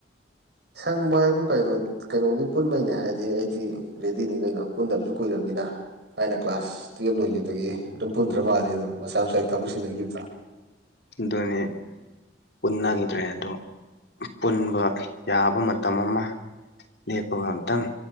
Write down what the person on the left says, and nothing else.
ꯗꯣꯅꯦ ꯄꯨꯟꯅꯈꯤꯗ꯭ꯔꯦ ꯑꯗꯣ ꯄꯨꯟꯕ ꯌꯥꯕ ꯃꯇꯝ ꯑꯃ ꯂꯦꯞꯄꯒ ꯑꯝꯇꯪ